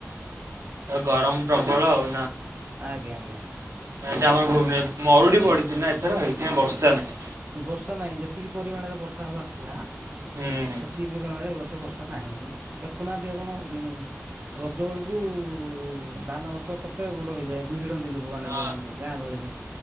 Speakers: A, on the right; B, on the right.
A: ଗରମ ପ୍ରବଳ ଆଉ
B: ଆଜ୍ଞା, ଆଜ୍ଞା।
A: ଏଇଟା ଆମର ଭୁବେନେ ମଉଡି ପଡିଛି ନା ଏଥର ହେଇଥିା ପାଇଁ ବର୍ଷା ନାଇ।
B: ବର୍ଷା ନାହିଁ, ଯେତିକି ପରିମାଣରେ ବର୍ଷା ହବାର ଥିଲା,
A: ହୁଁ।
B: ସେତିକି ପରିମାଣରେ ବର୍ଷା ତୁ ବର୍ଷା ନାହିଁ, ଦେଖୁନାହାନ୍ତି ଆପଣ ଉମ ରଜ ବେଳକୁ ଉ-ଧାନ ଗଛ କେତେ ବଡ ହେଇଯାଏ ବି ବିହିଡନ୍ତି ଲୁ ଭଗବାନ
A: ହଁ
B: ଯୋଉ ଗାଁ ଗହଳିରେ